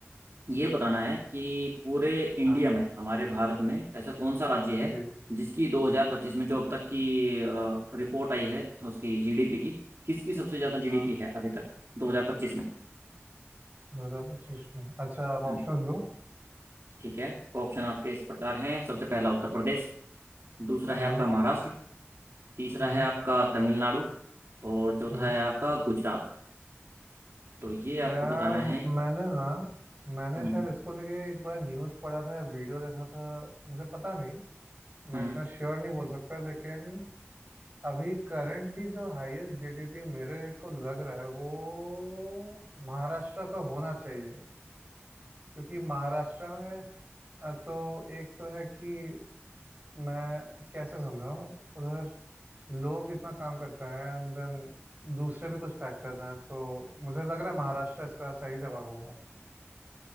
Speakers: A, on the right; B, on the right.
A: ये बताना है कि पूरे इंडिया
B: हाँ
A: में हमारे भारत में ऐसा कौन सा राज्य है
B: जी
A: जिसकी 2025 में जो अब तक की रिपोर्ट आई है उसकी जीडीपी की किसकी सबसे ज़्यादा जीडीपी
B: हाँ
A: है अभी तक 2025 में
B: 2025 में अच्छा आप
A: हम्म
B: ऑप्शंस दो
A: ठीक है ऑप्शन आपके इस प्रकार हैं सबसे पहला उत्तर प्रदेश दूसरा है
B: हम्म
A: आपका महाराष्ट्र तीसरा
B: हम्म
A: है आपका तमिलनाडु और चौथा
B: हम्म
A: है आपका गुजरात तो ये आपको
B: यार
A: बताना
B: मैंने
A: है
B: ना मैंने
A: हम्म
B: शायद इसको लेके एक बार न्यूज़ पढ़ा था या वीडियो देखा था मुझे पता नहीं मैं
A: हम्म
B: इतना श्योर नहीं बोल सकता लेकिन अभी करंटली जो हाईएस्ट जीडीपी मेरे को लग रहा है वो महाराष्ट्र का होना चाहिए क्योंकि महाराष्ट्र में अ, तो एक तो है कि मैं कैसे समझाऊं उधर लोग इतना काम करते हैं एंड देन दूसरे भी कुछ फैक्टर्स हैं तो मुझे लग रहा है महाराष्ट्र इसका सही जवाब होगा